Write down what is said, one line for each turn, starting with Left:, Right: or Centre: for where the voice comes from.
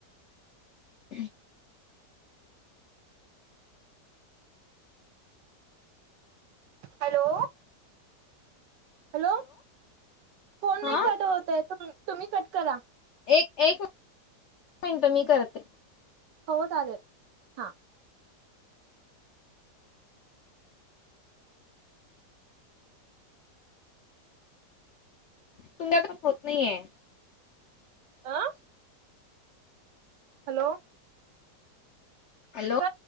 Left: हम्
Right: हॅलो हॅलो फोन
Left: हा
Right: नाही कट होत तु तुम्ही कट करा
Left: एक एक मिनटं मी करते
Right: हो चालेल हा
Left: तुमच्या का होत नाहीे
Right: आं हॅलो
Left: हॅलो
Right: कट